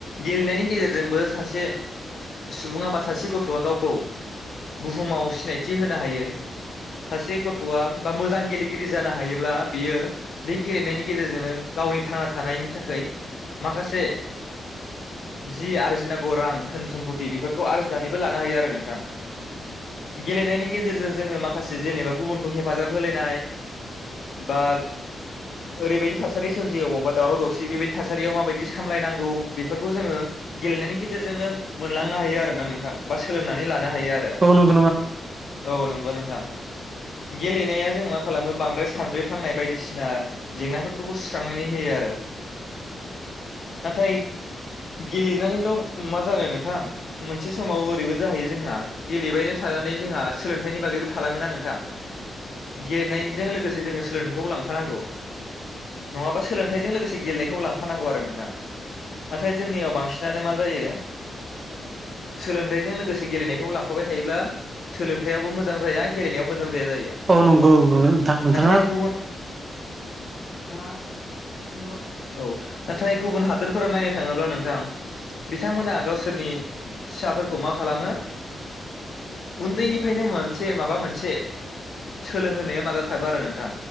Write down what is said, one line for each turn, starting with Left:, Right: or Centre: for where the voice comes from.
Left: गेलेनायनि गेजेरजोंबो सासे सुबुङा बा सासे गथ'आ गावखौ बुहुमाव सिनायथि होनो हा हायो सासे गथ'आ बा मोजां गेलेगिरि जानो हायोब्ला बियो बे गेलेनायनि गेजेरजोंनो गावनि थांना थानायनि थाखाय माखासे जि आरजिनांगौ रां धोन सम्फथि बेफोरखौ आरजिनानैबो लानो हायो आरो नोंथां गेलनायनि गेजे जेरजों जोङो माखासे जेनेबा गुबुनखौ हेफाजाब होलायनाय बा ओरैबायदि थासारि सोमजियो अबावबा दावराव दावसि बेबायदि थासारियाव माबायदि सामलायनांगौ बेफोरखौ जोङो गेलेनायनि गेजेरजोंनो मोनलांनो हायो आरोना नोंथां बा सोलोंनानै लानो हायो आरो
Right: हायो
Left: औ नंगौ नोंथां गेलेनाया जों मा खालामो बांद्राय सानब्रे फ्लांनाय बायदिसिना जेंनाफोरखौबो सुस्रांनानै होयो आरो <unintelligible> नाथाय गेलेनानैल' मा जानो नोंथां मोनसे समाव ओरैबो जाहैयो जोंहा गेलेबाय थानानै जोंहा थाइनि बागैबो थालाङोन ना नोंथां गेलेनायजों लोगोसे जोङो सोलोंथायाइखौबो लांफानांगौ नङाबा सोलोंथाइजों लोगोसे गेलेनायखौबो लांफानांगौ आरो नोंथां नाथाय जोंनियाव बांसिनानो मा जायो सोलोंथाइजों लोगोसे गेलेनायखौबो लांफाबाय थायोब्ला सोलोंथायाइ आवबो मोजां जाया गेलेनायाव मोजां जाया जायो
Right: आरो नंगौ नामा नोंथां
Left: औ
Right: नंगौ नंगौ
Left: औ
Right: नोंथां नोंथाङा
Left: नाथाय गुबुन नोंथाङा थिखखौनो बुंदों औ नाथाय गुबुन हादोरफोराव नायनो थाङोब्ला नोंथां बिथांमोनहा गावसोरनि फिसाफोरखौ मा खालामो उन्दैनिफ्रायनो मोनसे माबा मोनसे सोलोंहोनायाव नाजाथाबो आरो नोंथां